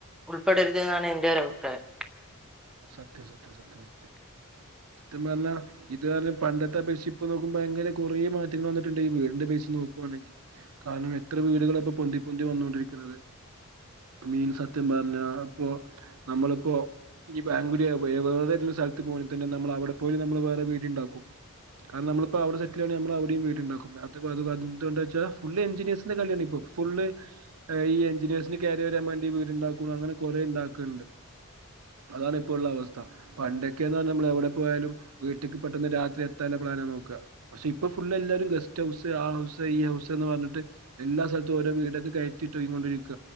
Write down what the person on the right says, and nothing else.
സത്യം സത്യം സത്യം സത്യം
സത്യം പറ്ഞ്ഞാ ഇത് കാരണം പണ്ടത്തെപേക്ഷിച്ചു ഇപ്പൊ നോക്കുമ്പോ ഭയങ്കര കുറേ മാറ്റങ്ങൾ വന്നിട്ടുണ്ട് ഈ വീടിന്റെ ബേസ് നോക്കുവാണെങ്കിൽ കാരണം എത്ര വീടുകളാ ഇപ്പൊ പൊന്തി പൊന്തി വന്നൊണ്ടിരിക്കുന്നത് മീൻസ് സത്യം പറഞ്ഞ ഇപ്പൊ നമ്മളിപ്പോ ഇനി ബാംഗലുരി വേറെ ഏതെങ്കും സ്ഥലത്ത് പോണങ്കി തന്നെ നമ്മൾ അവിടെ പോയി നമ്മള് വേറെ വീട് ഉണ്ടാക്കും. കാരണം നമ്മളിപ്പോ അവിടെ സെറ്റിൽ ആണെങ്കി നമ്മൾ അവിടെയും വീടുണ്ടാക്കും അത് എന്തുണ്ടാ വച്ചാ ഫുളള് എൻജിനീയഴ്സിന്റെ കളിയാണ് ഇപ്പം. ഫുള് ഈ എഞ്ചിനീയേഴ്സിന് കേറി വരാൻ വേണ്ടി വീട്ണ്ടാക്ക അങ്ങനെ കൊറെേ ഉണ്ടാക്കുന്നുണ്ട് അതാണ് ഇപ്പോ ഉള്ള അവസ്ഥ പണ്ടൊക്കെയന്ന് പറഞ്ഞാൽ നമ്മള് എവിടെ പോയാലും വീട്ട്ക്ക് പെട്ടെന്ന് രാത്രി എത്താനാ പ്ലാനാ നോക്ക പക്ഷെ ഇപ്പൊ ഫുള്ള് എല്ലാരും ഗസ്റ്റ് ഹൗസ് ആ ഹൗസ് ഈ ഹൗസ് എന്ന് പറഞ്ഞിട്ട് എല്ലാ സ്ഥലത്തും ഓരോ വീടൊക്കെ കയറ്റിട്ട് <unintelligible> കൊണ്ടിരിക്ക